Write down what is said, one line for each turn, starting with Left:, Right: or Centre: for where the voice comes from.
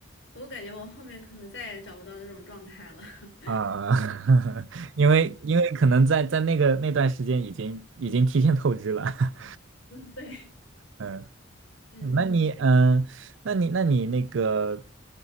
Left: 我感觉我后面可能再也找不到这种状态了。<laughs>
Right: 啊，<laughs> 因为因为可能在在那个那段时间已经已经提前透支了，<laughs>
Left: 嗯，对，
Right: 嗯，
Left: 嗯，
Right: 那你嗯，那你那你那个，